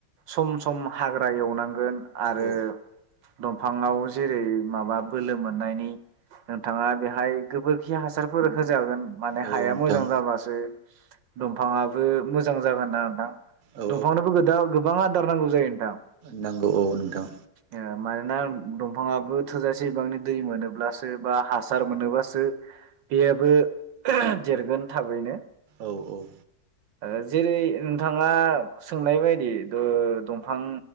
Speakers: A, on the right; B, on the right.
A: सम सम हाग्रा एवनांगोन आरो
B: औ
A: दंफाङाव जेरै माबा बोलो मोननायनि नोंथाङा बेहाय गोबोरखि हासारफोर होजागोन माने
B: औ
A: हाया
B: नोंथां
A: मोजां जाबासो दंफाङाबो मोजां जागोन आरो नोंथां
B: औ
A: दंफांनोबो दा गोबाङा होथारनांगौ जायो नोंथां
B: नोंगौ औ नोंथां
A: ओ मानोना दंफाङाबो थोजासे बिबांनि दै मोनोब्लासो बा हासार मोनोब्लासो बेयाबो देरगोन थाबैनो।
B: औ औ
A: ओ जेरै नोंथाङा सोंनाय बायदि ओ दंफां